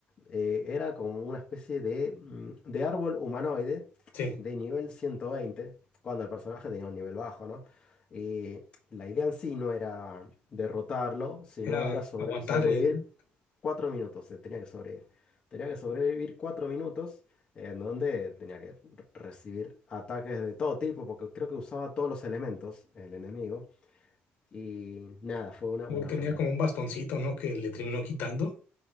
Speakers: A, on the left; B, on the left.
A: eh, era como una especie de, mm, de árbol humanoide
B: Sí,
A: de nivel 120, cuando el personaje tenía un nivel bajo, ¿no? Y la idea en sí no era derrotarlo, sino
B: era
A: era sobre-
B: aguantarle.
A: sobrevivir
B: ¿no?
A: Cuatro minutos, eh, tenía que sobrevivir. Tenía que sobrevivir cuatro minutos eh, en donde tenía que recibir ataques de todo tipo, porque creo que usaba todos los elementos el enemigo. Y nada, fue una, una
B: Luego tenía
A: pelea.
B: como un bastoncito, ¿no? Que le terminó quitando.